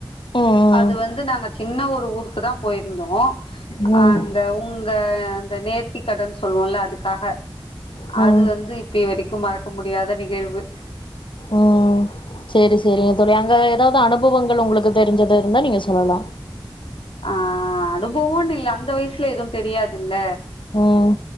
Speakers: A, on the left; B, on the left.
A: ம்
B: அது வந்து நாங்க சின்ன ஒரு ஊருக்கு தான் போயிருந்தோம்
A: ம்
B: அந்த உங்க அந்த அந்த நேர்த்திக்கடனு சொல்லுவோம்ல அதுக்காக
A: ம்
B: அது
A: ம்
B: வந்து இப்ப இவரைக் கும் மறக்க முடியாத நிகழ்வு
A: உம் செரி செரிங்க தோழி அங்க ஏதாவது அனுபவங்கள் உங்களுக்கு தெரிஞ்சது இருந்தா நீங்க சொல்லலா
B: ஆஹ் அனுபவம்னு இல்ல அந்த வயசுல எதுவும் தெரியாதுல்ல
A: உம்